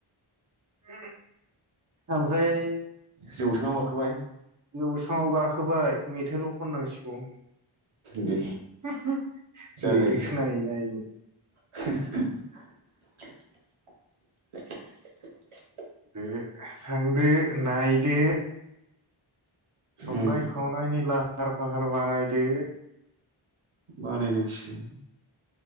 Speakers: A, on the right; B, on the right.
A: उ ओमफ्राय
B: जौसांआव गाखोबाय
A: जौससाङाव गाखोबाय मेथाइल खननांसिगौ
B: दे
A: <inaudible>
B: जागायदो
A: लिरिक्स नायै नायै
B: <unintelligible>
A: बे सां बो नाय दे संनाय
B: उम
A: खावनायनि ला फार फाहार बानायदो
B: बानायनोयसै